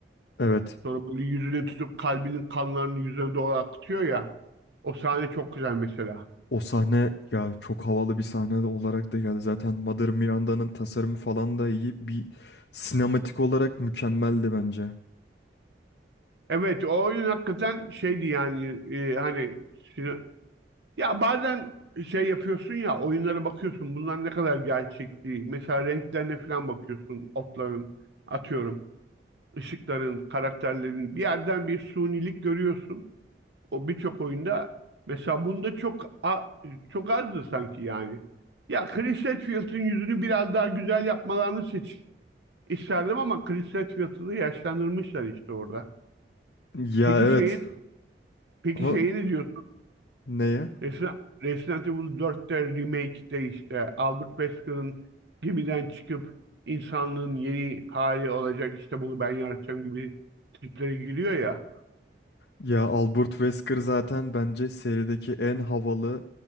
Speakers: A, on the left (about 65°); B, on the right (about 70°).
A: Evet.
B: Sonra böyle yüzüne tutup kalbinin kanlarını yüzüne doğru akıtıyor ya. O sahne çok güzel mesela.
A: O sahne ya çok havalı bir sahne olarak da geldi. Zaten Mother Miranda'nın tasarımı falan da iyi. Bir sinematik olarak mükemmeldi bence.
B: Evet o oyun hakikaten şeydi yani e, hani sino- ya bazen şey yapıyorsun ya oyunlara bakıyorsun bunlar ne kadar gerçekçi. Mesela renklerine falan bakıyorsun otların atıyorum ışıkların karakterlerin bir yerden bir sunilik görüyorsun. O birçok oyunda mesela bunda çok a- çok azdı sanki yani. Ya Chris Redfield'ın yüzünü biraz daha güzel yapmalarını seç isterdim ama Chris Redfield'ı da yaşlandırmışlar işte orada.
A: Ya
B: Peki
A: evet
B: şeyi peki
A: ama
B: şeyi ne diyorsun?
A: neye?
B: Resident, Resident Evil 4'te remake'de işte Albert Wesker'ın gemiden çıkıp insanlığın yeni hali olacak işte bunu ben yaratacağım gibi triplere giriyor ya.
A: Ya Albert Wesker zaten bence serideki en havalı,